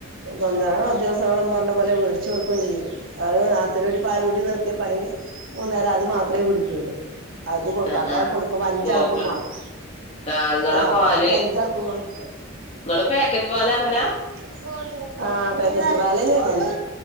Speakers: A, on the right (about 65°); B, on the left (about 30°).
A: തൊന്നരാടം ദിവസങ്ങളും പർഞ്ഞ പോലെ വേട്ച്ച് കൊട്ക്കുകയും ചെയ്യും. അത് നാത്തൂന്റെകുട്ടി പാലൂടി നിർത്തിയപ്പ അയ്ന് മൂന്നേരം അത് മാത്രേ കുടിയ്ക്കുള്ളൂ അത് കൊട്ക്കും
B: ആ
A: അപ്പൊ
B: ആ
A: അയ് കൊടുക്കുമ്പോ അഞ്ചാള്ക്കും
B: നോക്കണം
A: മാണം.
B: ആ നിങ്ങളെ
A: ആഹ്
B: പാല്
A: വാക്കി അഞ്ചാൾക്കും വേണം.
B: നിങ്ങള് പാക്കറ്റ് പാല് അങ്ങനാ
A: ഉം ആഹ് പേക്കറ്റ് പാലെന്നേണല്ലോ